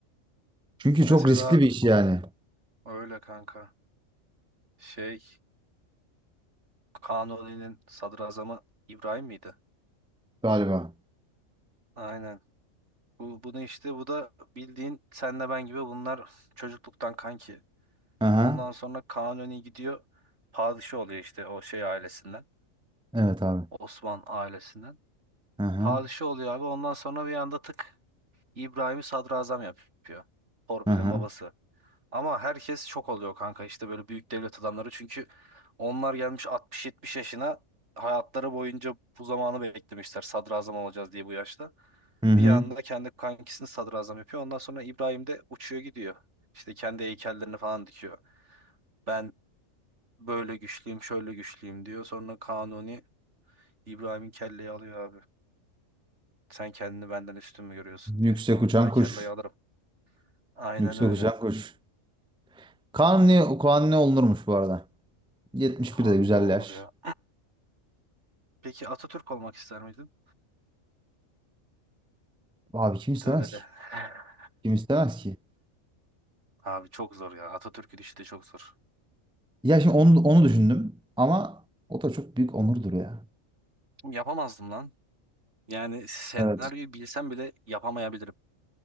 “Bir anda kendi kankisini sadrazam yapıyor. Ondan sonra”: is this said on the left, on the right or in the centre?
Right